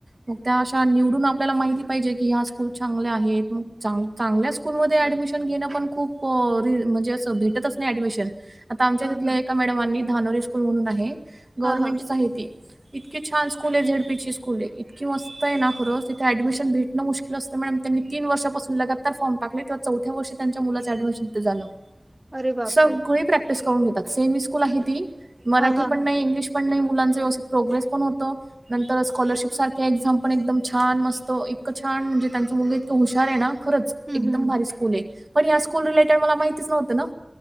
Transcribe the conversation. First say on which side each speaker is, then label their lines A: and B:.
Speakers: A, on the right (about 60°); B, on the right (about 35°).
A: मग त्या अशा निवडून आपल्याला माहिती पाहिजे की, ह्या खुप चांगला आहे. चांगल्या स्कूल मध्ये
B: हां,
A: ऍडमिशन ऍडमिशन घेणं पण खूप म्हणजे असं भेटतच नाही ऍडमिशन. आता आमच्या
B: हां,
A: इथल्या
B: हां.
A: एक मॅडमनी धानोरी स्कूल म्हणून आहे, गव्हर्नमेंटचीच
B: हां, हां.
A: आहे ती. इतकी छान स्कूल, झेडपीची स्कूल आहे, इतकी मस्त ना! खरंच, तिथे ऍडमिशन भेटणं पण मुष्किल आहे. नुसतं मॅडमनी तीन वर्षापासून लगातार फॉर्म टाकले, तेव्हा चौथ्या वर्षी त्यांच्या मुलाचं ऍडमिशन झालं.
B: अरे बापरे!
A: सगळी प्रॅक्टिस करून घेतात. सेमी स्कूल आहे ती, मराठी
B: हां, हां,
A: पण
B: हां.
A: नाही, इंग्लिश पण नाही, मुलांचं व्यवथित प्रोग्रेस पण होतो. नंतर स्कॉलरशिप सारख्या एक्झाम पण, एकदम छान! मस्त इतकं छान! छान म्हणजे त्यांच मुलगा इतकं हुशार आहे ना! खरंच,
B: हं,
A: एकदम
B: हं, हं.
A: भारीच! पुणे पण या स्कूल रिलेटेड मला माहितीच नव्हतं ना.